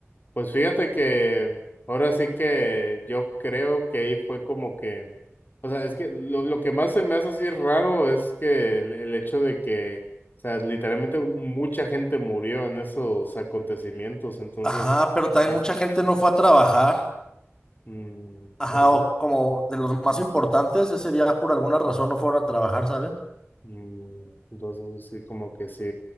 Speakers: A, on the left; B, on the left.
A: Pues fíjate que ahora sí que yo creo que ahí fue como que, o sea, es que lo, lo que más se me hace así raro es que el, el hecho de que, o sea, literalmente mucha gente murió en esos acontecimientos, entonces,
B: Ajá, pero también
A: eh,
B: mucha gente no fue a trabajar.
A: mm,
B: Ajá,
A: eso,
B: o como de los más importantes, ese día por alguna razón no fueron a trabajar, ¿sabes?
A: mm, entonces sí, como que sí,